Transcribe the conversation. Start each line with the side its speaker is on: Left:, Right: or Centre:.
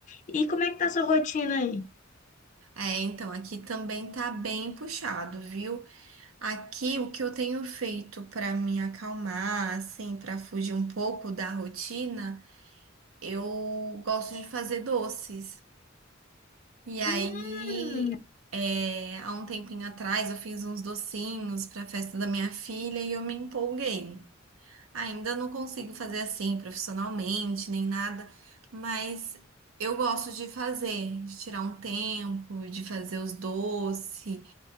Left: E como é que tá a sua rotina aí?
Right: É, então aqui também tá bem puxado, viu? Aqui o que eu tenho feito para me acalmar, assim, para fugir um pouco da rotina, eu gosto de fazer doces. E aí,
Left: Hum,
Right: é, há um tempinho atrás, eu fiz uns docinhos para a festa da minha filha e eu me empolguei. Ainda não consigo fazer assim profissionalmente, nem nada, mas eu gosto de fazer, de tirar um tempo, de fazer os doces.